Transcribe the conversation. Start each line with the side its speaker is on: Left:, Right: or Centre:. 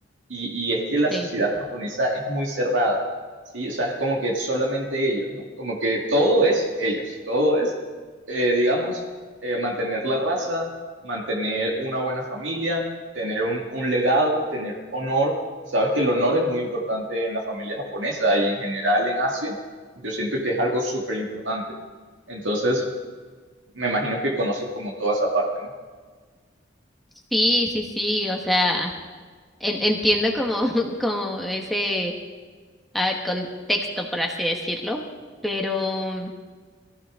Right: Y, y es que la sociedad
Centre: Sí,
Right: japonesa es muy cerrada, ¿sí? O sea, es como que solamente ellos, ¿no? Como que todo es ellos, todo es, eh, digamos, eh, mantener la raza, mantener una buena familia, tener un, un legado, tener honor. Sabes que el honor es muy importante en la familia japonesa y en general en Asia. Yo siento que es algo súper importante. Entonces, me imagino que conoces como toda esa parte, ¿no?
Centre: sí, sí, sí, o sea, en- entiendo como, <laughs> como ese a contexto, por así decirlo, pero